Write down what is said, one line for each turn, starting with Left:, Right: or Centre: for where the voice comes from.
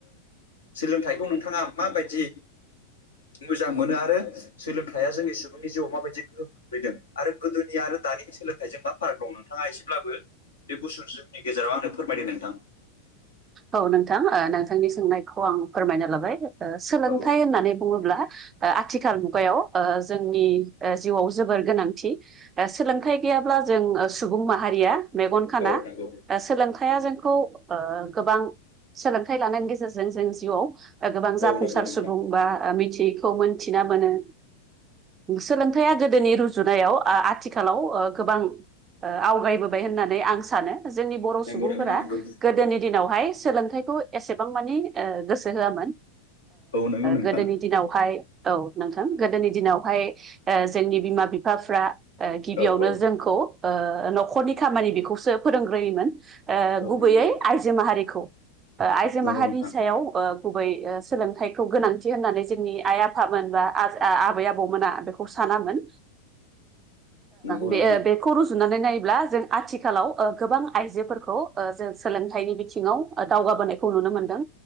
Left: सोलोंथाइखौ नोंथाङा माबायदि मोजां मोनो आरो सोलों थाइया जोंनि सुबुंनि जिउआव माबायदि गोहोम खोख्लैदों आरो गोदोनि आरो दानि सोलोंथाइजों मा फाराग दं? नोंथाङा एसे बो बे गुसुं समनि गेजेराव आंनो फोरमायदो नोंथां।
Right: औ नोंथां नोंथांनि सोंनायखौ आं फोरमायना लाबाय सोलोंथाइ
Left: औ
Right: होननानै बुङोब्ला आथिखाल मुगायाव जोंनि जिउआव जोबोर गोनांथि सोलोंथाइ गैयाब्ला जों सुबुं माहारिया मेगन खाना
Left: औ नंगौ
Right: सोलोंथाइया जोंखौ गोबां सोलोंथाइ लानायनि गेजेरजों जों जिउआव गोबां
Left: औ
Right: जाफुंसार
Left: नंगौ नोंथां
Right: सुबुं बा मिथि यैखौ मोनथिना मोनो। सोलोंथाइया गोदोनि रुजुनायाव आथिखालाव गोबां। आवगायबोबाय होननानै आं सानो। जोंनि बर'
Left: नंगौ
Right: सुबुंफोरा
Left: नोंथां नंगौ
Right: गोदोनि दिनावहाय सोलोंथाइखौ एसेबां मानि गोसो हो
Left: औ नंगौ नोंथां
Right: गोदोनि दिनावहाय औ नोंथां गोदोनि दिनावहाय जोंनि बिमा बिफाफ्रा गिबियावनो
Left: औ औ
Right: जोंखौ न'खरनि खामानि बेखौसो फोरोंग्रोयोमोन
Left: औ
Right: गुबैयै
Left: नंगौ
Right: आइजो माहारिखौ आइजो
Left: नंगौ
Right: माहारिनि
Left: नोंथां
Right: सायाव ओ गुबै सोलोंथाइखौ गोनांथि होननानै जोंनि आइ आफामोन बा आबै आबौमोना बेखौ सा नामोन।
Left: नंगौ
Right: बे
Left: नोंथां
Right: बेखौ रुजुनानै नायब्ला जों आथिखालाव गोबां आइजोफोरखौ जों सोलोंथाइनि बिथि सिङाव दावगाबोनायखौ नुनो मोनदों।